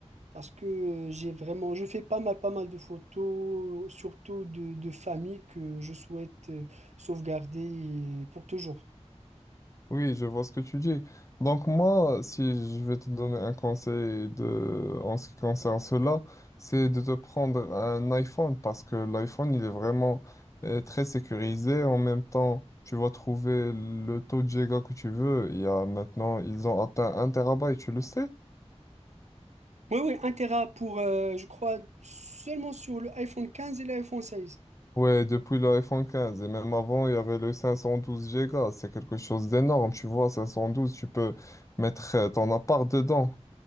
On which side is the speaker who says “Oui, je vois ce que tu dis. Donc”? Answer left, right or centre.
Left